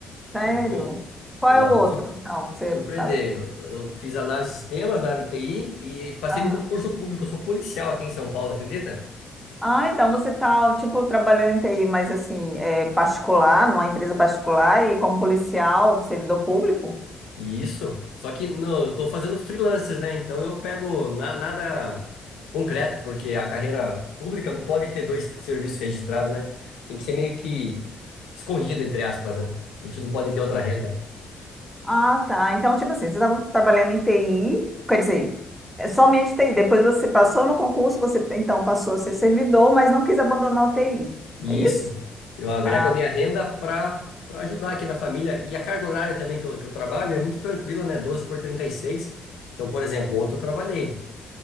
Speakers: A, in the centre; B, on the left (about 85°).
A: sério?
B: Eu tô,
A: Qual
B: ó,
A: é o
B: vou
A: outro,
B: te sur-
A: então? que Você
B: surpreender.
A: tá...
B: Eu, eu fiz análise de sistemas na área de TI e passei
A: Aham.
B: no concurso público. Eu sou policial aqui em São Paulo, acredita?
A: Ah, então você está, tipo, trabalhando em TI, mas assim, é particular, numa empresa particular e como policial, servidor público?
B: Isso. Só que não, eu tô fazendo freelances né? Então eu pego na- nada concreto, porque a carreira pública não pode ter dois serviços registrados, né? Tem que ser meio que escondida, entre aspas, né? A gente não pode ter outra renda.
A: Ah, tá. Então, tipo assim, você estava trabalhando em TI, quer dizer, é somente TI. Depois você passou no concurso, você então passou a ser servidor, mas não quis abandonar o TI.
B: E
A: É isso?
B: isso. Eu agrego
A: Ah,
B: a minha renda para para ajudar aqui na família. E a carga horária também que eu, que eu trabalho é muito tranquila, né? doze por trinta e seis Então, por exemplo, ontem eu trabalhei.